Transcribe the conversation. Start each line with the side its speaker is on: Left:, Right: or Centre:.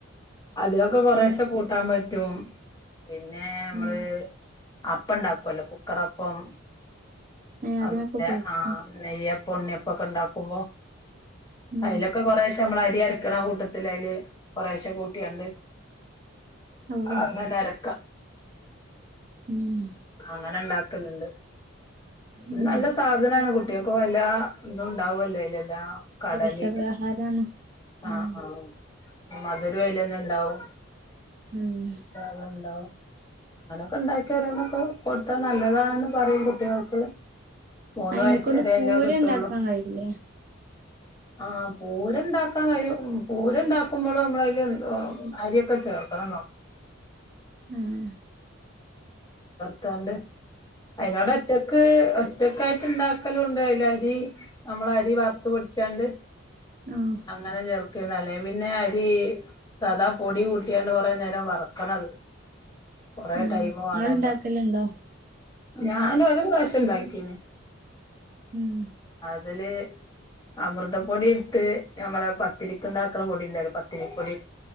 Left: അതിലൊക്കെ കൊറേശെ
Right: ഉം
Left: കൂട്ടാൻ പറ്റും. പിന്നെ, അമ്മള്
Right: ഉം
Left: അപ്പം ഇണ്ടാക്കുല്ലോ കുക്കറപ്പം.
Right: ഏഹ്
Left: അ
Right: അതിനൊക്കെ ഉപയോഗിക്കും
Left: ആ നെയ്യപ്പം ഉണ്ണിയപ്പൊക്കെണ്ടാക്കുമ്പോ
Right: ഉം
Left: അയിലൊക്കെ കൊറേശെ അമ്മള് <unintelligible> കൂട്ടത്തിലയില് കൊറെശെ കൂട്ട്യാണ്ട്
Right: ഓഹ്
Left: അങ്ങനെ അരക്ക.
Right: ഉം
Left: അങ്ങനെ ഇണ്ടാക്കല്ണ്ട്.
Right: ഉം
Left: നല്ല സാധനാണ്, കുട്ട്യേക്കും എല്ലാ തും ഇണ്ടാവല്ലോ അയില് എല്ലാ കടലിം,
Right: പോഷകാഹാരാണ്
Left: ആ
Right: ഉം
Left: ആ. മധുരൂം അയിലന്നെണ്ടാവും
Right: ഉം
Left: <unintelligible> ഇണ്ടാവും. അങ്ങനൊക്കെണ്ടാക്കി ഓരോന്നൊക്കെ കൊടുത്താ നല്ലതാണെന്ന് പറയും, കുട്ട്യേൾക്ക് മൂന്ന്
Right: അയിനെക്കൊണ്ട്
Left: വയസ് വരെല്ലൂ
Right: പൂര
Left: കിട്ടോള്ളു.
Right: ഇണ്ടാക്കാൻ കഴിയൂലേ
Left: ആ പൂരണ്ടാക്കാൻ കയിയും, പൂരണ്ടാക്കുമ്പോളും അമ്മളയില് അര്യൊക്കെ ചേർക്കണംന്നോ
Right: ഉം.
Left: ത്താണ്ട് അയിനോണ്ട് ഒറ്റക്ക് ഒ ഒറ്റക്കായിട്ട് ഇണ്ടാക്കലൂണ്ട്, അയില് അരി അമ്മള് അരി വറുത്ത് പൊടിച്ചാണ്ട്
Right: ആഹ്
Left: അങ്ങനെ ചേർ അല്ലേ പിന്ന അരി സാദാ പൊടി കൂട്ടിയാണ്ട് കൊറേ നേരം വറക്കണത്. കൊറെ
Right: ആഹ്
Left: ടൈമൂ
Right: ഇങ്ങള്
Left: ആണല്ലോ.
Right: ഇണ്ടാക്കല്ണ്ടോ
Left: ഞാന് ഒരു പ്രാവശ്യം ഇണ്ടാക്കീന്.
Right: ഉം.
Left: അതില് അമൃതപ്പൊടി എട്ത്ത് ഞമ്മളെ പത്തിരിക്ക്ണ്ടാക്ക്ണ പൊടി ഇണ്ടല്ലോ പത്തിരിപ്പൊടി